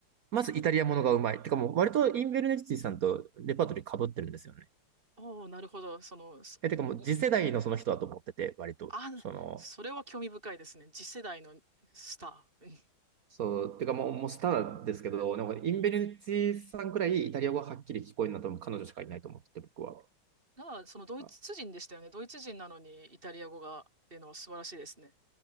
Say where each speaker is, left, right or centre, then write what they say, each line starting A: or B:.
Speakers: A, on the right; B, on the right.
A: まずイタリアものがうまい。てかもう割とインベルネッティさんとレパートリー被ってるんですよね。
B: おお、なるほど。その、そい
A: え、てかもう次世代のその人だと思ってて、割と。
B: あ、
A: その、
B: それは興味深いですね。次世代のスター。<laughs> うん
A: そう、てかもう、もうスターですけど、なんかインベルネッティさんくらいイタリア語がはっきり聞こえるのは多分彼女しかいないと思ってて、僕は。
B: だから、そのドイツ人でしたよね。
A: あ、
B: ドイツ人なのにイタリア語がっていうのは素晴らしいですね。